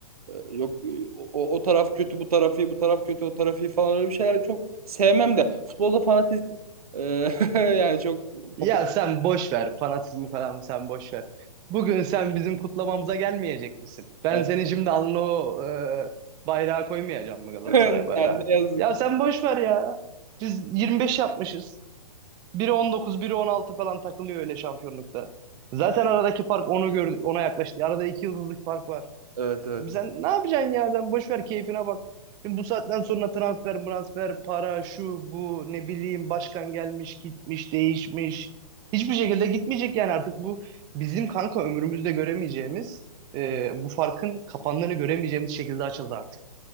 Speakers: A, on the right (about 75°); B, on the right (about 20°).
A: yok e, o, o taraf kötü bu taraf iyi bu taraf kötü o taraf iyi falan öyle bir şeyler çok sevmem de futbolda fanatizm ee, <laughs> yani çok
B: Ya
A: popüler
B: sen boş ver fanatizmi falan sen boş ver. Bugün sen bizim kutlamamıza gelmeyecek misin? Ben
A: <laughs>
B: seni şimdi alnına o e, bayrağı koymayacağım mı Galatasaray
A: yani
B: bayrağını?
A: ne yazık.
B: Ya sen boş ver ya. Biz 25 yapmışız. Biri 19, biri 16 falan takılıyor öyle şampiyonlukta. Zaten aradaki fark onu gördü, ona yaklaştı. Arada iki yıldızlık fark var.
A: Evet evet.
B: Sen ne yapacaksın ya? Sen boş ver keyfine bak. Şimdi bu saatten sonra transfer, transfer, para, şu, bu, ne bileyim başkan gelmiş, gitmiş, değişmiş. Hiçbir şekilde gitmeyecek yani artık bu bizim kanka ömrümüzde göremeyeceğimiz, e, bu farkın kapandığını göremeyeceğimiz şekilde açıldı artık.